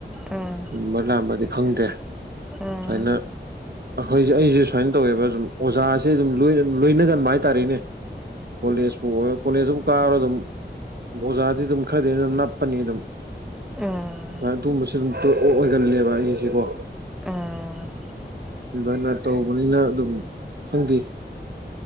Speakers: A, in the centre; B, on the right.
A: ꯎꯝ
B: ꯁꯨꯝꯕ ꯂꯥꯛꯝꯕꯗꯤ ꯈꯪꯗ꯭ꯔꯦ
A: ꯎꯝ
B: ꯁꯨꯃꯥꯏꯅ ꯑꯩꯈꯣꯏꯁꯦ ꯑꯩꯁꯦ ꯁꯨꯃꯥꯏꯅ ꯇꯧꯋꯦꯕ ꯑꯗꯨꯝ ꯑꯣꯖꯥꯁꯦ ꯑꯗꯨꯝ ꯂꯣꯏꯅꯒꯟꯕ ꯍꯥꯏꯇꯥꯔꯦꯅꯦ ꯀꯣꯂꯦꯖꯄꯨ ꯑꯣꯏ ꯀꯣꯂꯦꯖꯇ ꯑꯣꯖꯥꯗꯤ ꯑꯗꯨꯝ ꯈꯔꯗꯤ ꯑꯗꯨꯝ ꯅꯞꯄꯅꯤ ꯑꯗꯨꯝ ꯑꯗꯨꯃ
A: ꯎꯝ
B: ꯑꯗꯨꯒꯨꯝꯕꯁꯨ ꯑꯗꯨꯝ ꯑꯣꯏꯒꯜꯂꯦꯕ ꯑꯩꯁꯦꯀꯣ
A: ꯎꯝ
B: ꯑꯗꯨꯃꯥꯏꯅ ꯇꯧꯕꯅꯤꯅ ꯑꯗꯨꯝ ꯈꯪꯈꯤ